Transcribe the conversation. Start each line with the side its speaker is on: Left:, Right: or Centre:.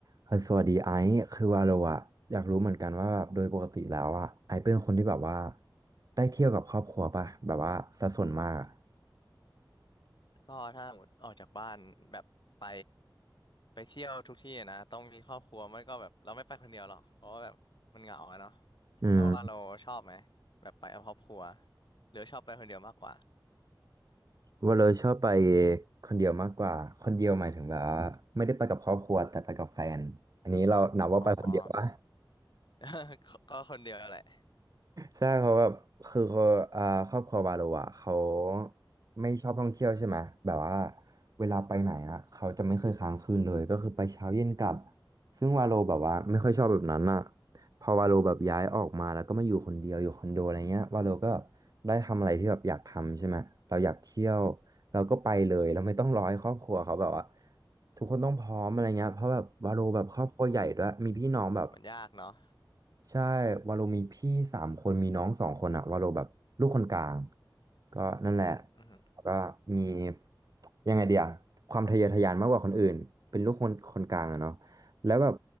Right: เออสวัสดีไอซ์คือว่าเราอะอยากรู้เหมือนกันว่าแบบโดยปกติแล้วอะไอซ์เป็นคนที่แบบว่าได้เที่ยวกับครอบครัวป่ะแบบว่าสัดส่วนมากอะ
Left: ก็ถ้าหมดออกจากบ้านแบบไปไปเที่ยวทุกที่อะนะต้องมีครอบครัวไม่ก็แบบเราไม่ไปคนเดียวหรอกเพราะว่าแบบมันเหงาอะเนาะ
Right: อืม
Left: แล้วว่าเราชอบไหมแบบไปกับครอบครัวหรือชอบไปคนเดียวมากกว่า
Right: ว่าเราชอบไปคนเดียวมากกว่าคนเดียวหมายถึงแบบว่าไม่ได้ไปกับครอบครัวแต่ไปกับแฟนอันนี้เรานับว่าไปคนเดียวป่ะ
Left: อ๋อ <laughs> ก็ก็คนเดียวแหละ
Right: ใช่เขาแบบคือเขาอ่าครอบครัวบาโลอ่ะเขาไม่ชอบท่องเที่ยวใช่ไหมแบบว่าเวลาไปไหนอ่ะเขาจะไม่เคยค้างคืนเลยก็คือไปเช้าเย็นกลับ
Left: อืม
Right: ซึ่งวาโลแบบว่าไม่ค่อยชอบแบบนั้นอ่ะพอวาโลแบบย้ายออกมาแล้วก็มาอยู่คนเดียวอยู่คอนโดอะไรเงี้ยวาโลก็ได้ทำอะไรที่แบบอยากทำใช่ไหมเราอยากเที่ยวเราก็ไปเลยเราไม่ต้องรอให้ครอบครัวเขาแบบว่าทุกคนต้องพร้อมอะไรเงี้ยเพราะแบบวาโลแบบครอบครัวใหญ่ด้วยมีพี่น้องแบบ
Left: อืมมันยากเนาะ
Right: ใช่วาโลมีพี่สามคนมีน้องสองคนอะวาโลแบบลูกคนกลางก็นั่นแหละ
Left: อืม
Right: แล้วก็มียังไงเดียความทะเยอทะยานมากกว่าคนอื่นเป็นลูกคนคนกลางอะเนาะแล้วแบบ